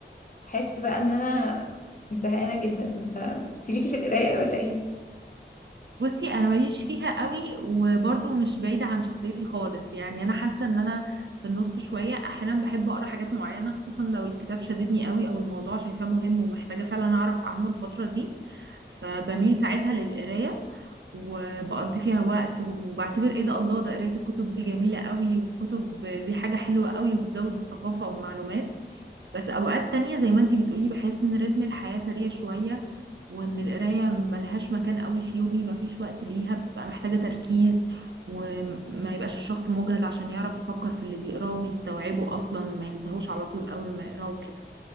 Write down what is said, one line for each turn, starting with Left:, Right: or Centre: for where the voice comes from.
Left: احس بقى ان انا زهقانة جدا فانتي ليكي في القراية ولا ايه
Right: بصي انا ماليش فيها قوي وبرضه مش بعيدة عن شخصيتي خالص يعني انا حاسة ان انا في النص شوية احيانا بحب اقرا حاجات معينة خصوصا لو الكتاب شددني قوي او الموضوع شايفاه مهم ومحتاجة فعلا اعرف عنه الفترة دي فبميل ساعتها للقراية وبقضي فيها وقت وبعتبر ايه ده الله ده قراية الكتب دي جميلة قوي والكتب دي حاجة حلوة قوي وبتزود الثقافة والمعلومات بس اوقات تانية زي ما انتي بتقولي بحس ان رتم الحياة سريع شوية وان القراية ملهاش مكان قوي في يومي مفيش وقت ليها ببقى محتاجة تركيز وما يبقاش الشخص مجهد عشان يعرف يفكر في اللي بيقراه ويستوعبه اصلا ما ينساهوش على طول اول ما يقراه وكده.